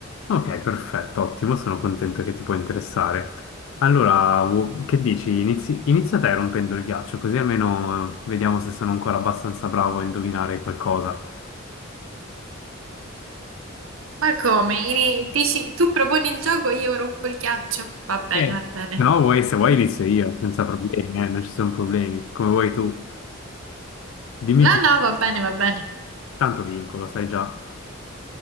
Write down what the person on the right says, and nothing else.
Ma come? Ini- dici, tu proponi il gioco, io rompo il ghiaccio? Va bene,
va
bene.
No,
no, va bene, va bene.